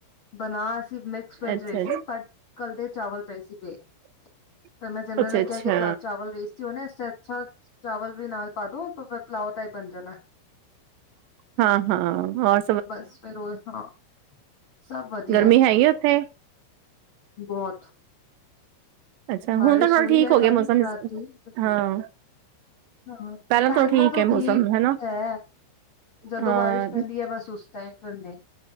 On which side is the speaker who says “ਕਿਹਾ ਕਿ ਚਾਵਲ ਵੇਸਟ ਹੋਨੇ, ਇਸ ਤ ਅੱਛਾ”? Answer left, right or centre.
Left